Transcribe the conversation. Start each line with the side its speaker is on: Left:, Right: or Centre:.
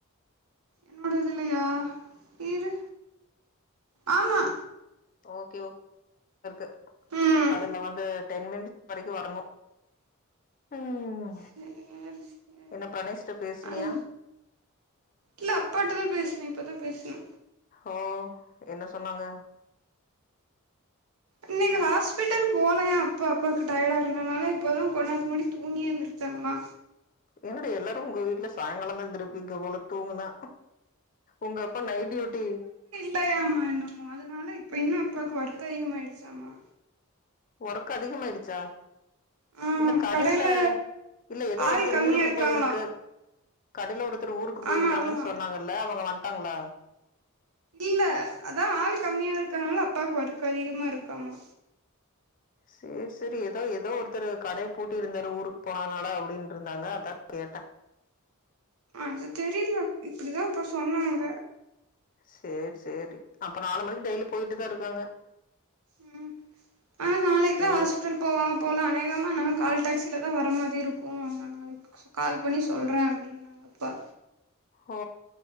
Right: என்னோட இதுலயா இரு ஆமா
Left: ஓகே ஒ கருக்கு
Right: ம்
Left: அதுல வந்து டென் மினி வரக்கு வரணு ம்
Right: சேரி சேரி
Left: என்ன ப்ரணேஷ்ட்ட பேசுனியா
Right: அது இல்ல அப்பாட்டதா பேசுனே இப்பதா பேசணு
Left: ஓ என்ன சொன்னாங்க
Right: இன்னக்கு ஹாஸ்பிட்டல் போலையா அப்பா அப்பாக்கு டயர்டா இருந்தனால இப்பதா கொண்நேரத்குமுன்னடி தூங்கி எந்துரு தாங்ளா
Left: என்னடி எல்லாரு ஒங்க வீட்ல சாயங்காலந்தா எந்திருப்பிங்க போல தூங்குனா ஒங்க அப்பா நைட் டியூட்டி
Right: லையாமா என்னமோ அதுனால இப்ப இன்னு அப்பாக்கு ஒர்க் அதிகமாயிடுச்சாமா
Left: ஒர்க் அதிகமாயிடுச்சா
Right: ஆ
Left: இல்ல கடைல
Right: கடையில
Left: இல்ல ஏதோ
Right: ஆள்
Left: ஒருத்தர்
Right: கம்மியா
Left: ஊருக்கு
Right: இருக்காங்களா
Left: போயிருக்கு கடைல ஒருத்தர் ஊருக்கு போயிருக்காங்கன்னு
Right: ஆமா ஆமா
Left: சொன்னாங்கல்ல அவுங்க வண்டாங்களா
Right: இல்ல அதா ஆள் கம்மியா இருக்கனால அப்பாக்கு ஒர்க்கு அதிகமா இருக்காமா
Left: சேரி சேரி ஏதோ ஏதோ ஒருத்தர் கடைய பூட்டி இருந்தாரு ஊருக்கு போனார்னால அப்டின்ட்டுருந்தாங்க அதா கேட்டே <inaudible>
Right: அது தெரியில இப்டிதா அப்போ சொன்னாங்க
Left: சேர் சேரி அப்ப நாலு மணிக்கு டெய்லி போய்ட்டு தா இருக்காங்க
Right: ம் ஆ நாளைக்
Left: சேரி
Right: தா ஹாஸ்டல் போவாங்க போல அநேகமா நா கால் டேக்ஸில தா வர மாரி இருக்கு நா நாளைக்கு சு கால் பண்ணி சொல்றே அப்டின்னாங்க அப்பா
Left: ஓ